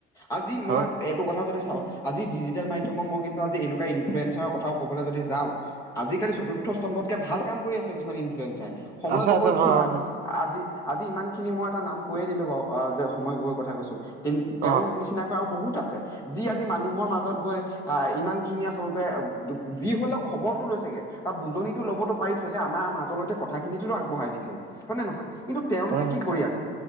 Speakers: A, on the left; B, on the right.
A: আজি মই
B: হয়
A: এইটো কথা যদি চাওঁ আজি ডিজিটেল মাধ্যম মক মই কিন্তু আজি এনেুৱ ইন্লুৱেঞ্চাৰ কথাও কবলৈ যদি যাওঁ। আজিকালি চতুৰ্থ স্তম্ভতকে ভাল কাম কৰি আছে কিছুমান ইনফ্লয়েঞ্চাই সময়
B: আছে
A: গগৈ
B: আছে
A: ক
B: হয়
A: চোৱা।
B: হয় হয়
A: আজি আজি ইমান খিনি মই এটা নাম কৈয়ে দিলো বাৰু যে সময় গগৈ কথা কৈছো কিন্ তেওঁ
B: অ
A: নিচিনাকৈ আৰু বহুত আছে যি আজি মানুহৰ মাজত গৈ আহ ইমান খিনি আচলতে যি হলেও খবৰটো লৈছেগে তাৰ বুজনিটো ল'বতো পাৰিছে যে আমাৰ মাতলৈ কথাখিনিতো আগবঢ়াই দিছে হয় নে নহয়? কিন্তু তেওঁলোকে
B: হয়, হয়,
A: কি কৰি আছে